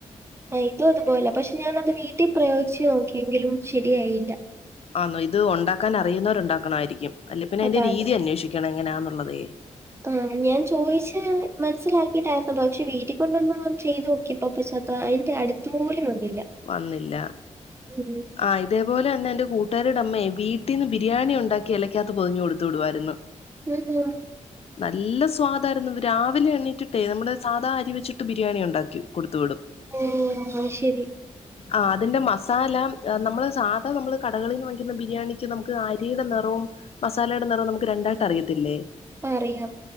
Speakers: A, on the right; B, on the left.
A: മൈതു അതുപോല പക്ഷെ ഞാനനത് വീട്ടീ പ്രയോഗിച്ച് നോക്കിങ്കിലും ശെരിയായില്ല
B: ആന്നോ ഇത് ഉണ്ടാക്കാൻ അറിയുന്നവര് ഉണ്ടാക്കണായിരിക്കും അല്ലെ പിന്നെ
A: അതാ
B: ഐന്റെ രീതി അന്വേഷിക്കണം എങ്ങനെയാന്നുള്ളതേ
A: ആഹ് ആഹ് ഞാൻ ചോയ്ച്ചാ മനസിലാക്കിട്ടാ സംഭവം പക്ഷെ വീട്ടില്ക്കൊണ്ടോന്ന് ചെയ്ത് നോക്യപ്പോ പക്ഷെ ത്ര ഐന്റെ അടു- ത്തോലും വന്നില്ല
B: വന്നില്ല
A: ഉം
B: ആഹ് ഇതേപോലെന്നെ എന്റെ കൂട്ടുകാരീടെ അമ്മെ വീട്ടീന്ന് ബിരിയാണി ഇണ്ടാക്കി എലക്കകത്ത് പൊതിഞ്ഞ് കൊടുത്ത് വിടുവായിരുന്നു
A: <unintelligible>
B: നല്ല സ്വാദായിരുന്നു രാവിലെ എണ്ണീറ്റിട്ടേ നമ്മളെ സാധാ അരിവെച്ചിട്ട് ബിരിയാണി ഉണ്ടാക്കി കൊടുത്തു വിടും
A: ഏ അത് ശെരി
B: ആഹ് അതിന്റെ മസാല അ നമ്മള് സാധാ നമ്മള് കടകളീന്ന് വാങ്ങിക്കുന്ന ബിരിയാണിക്ക് നമുക്ക് അരിയിടെ നിറവും മസാലേടെ നിറോം നമുക്ക് രണ്ടായിട്ട് അറിയത്തില്ലേ
A: അറിയാം